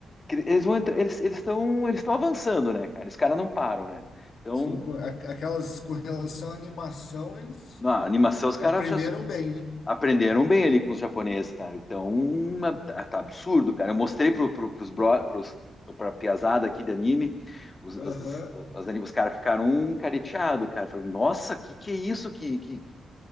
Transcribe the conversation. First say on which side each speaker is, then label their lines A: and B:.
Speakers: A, on the left (about 30°); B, on the left (about 65°).
A: que eles vão entrar, eles eles estão eles estão avançando, né, cara? Esses caras não param, né? Então,
B: Sim, com, a- aquelas com relação à animação, eles
A: na animação os
B: aprenderam
A: caras já se-
B: bem, né?
A: aprenderam bem ali com os japoneses, cara. Então, uma- tá, tá absurdo, cara. Eu mostrei pro, pro, pros bro, pros, pra piazada aqui de anime, os,
B: Aham.
A: as, as, anime- os caras ficaram um careteado, cara. Falei, nossa, que que é isso? Que, que,